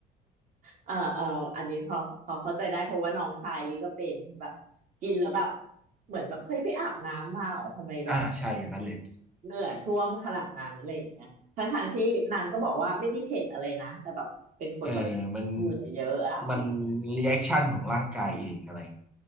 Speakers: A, on the right; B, in the centre.
A: เอ่อเอ่ออันนี้พอพอเข้าใจได้เพราะว่าน้องชายลิก็เป็นแบบกินแล้วแบบเหมือนแบบเฮ้ยไปอาบน้ำมาเหรอทำไมแบบ
B: อ่าใช่อย่างนั้นเลย
A: เหงื่อท่วมขนาดนั้นอะไรอย่างเงี้ยทั้งทางที่นางก็บอกว่าไม่ได้เผ็ดอะไรนะแต่แบบเป็นคนแบบเหงื่อเยอะอะอะไรอย่างเงี้ย
B: เออมันมันรีแอคชั่นของร่างกายเองอะไร